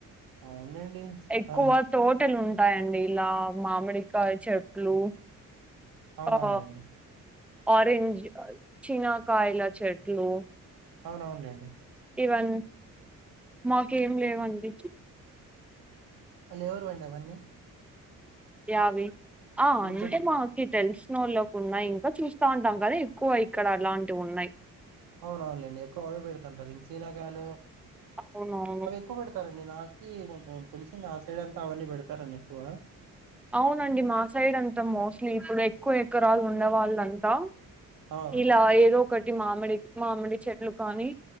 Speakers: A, on the right; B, in the centre.
A: అవునులేండి
B: ఎక్కువ
A: ఆ,
B: తో తోటలు ఉంటాయండి ఇలా మామిడికాయ చెట్లు
A: అవునవునులేండి
B: ఆ ఆరెంజ్ చినకాయల చెట్లు
A: అవును అవునులేండి
B: ఇవన్ మాకేం లేవండి
A: మళ్ళీ ఎవరివండి అవన్నీ
B: యావి ఆ
A: ఇప్పుడు
B: అంటే
A: చెప్పు
B: మా కి తెలిసినోళ్ళకి ఉన్నాయి ఇంకా చూస్తా ఉంటాం కదా ఎక్కువ ఇక్కడ అలాంటివి ఉన్నాయి
A: అవును అవునులేండి ఎక్కువ అవే పెడుతుంటారు ఇంగ సీనాకాయలు
B: <unintelligible>
A: ఎక్కువ పెడతారండి నాకి కొంచెం తెలిసింది ఆ సైడ్ అంతా అవన్నీ పెడతారనీ ఎక్కువ
B: అవునండి మా సైడ్ అంతా మోస్ట్లీ ఇప్పుడు ఎక్కువ ఎకరాలు ఉన్నవాళ్ళంతా
A: అవును
B: ఇలా ఏదో ఒకటి మామిడి మామిడి చెట్లు కానీ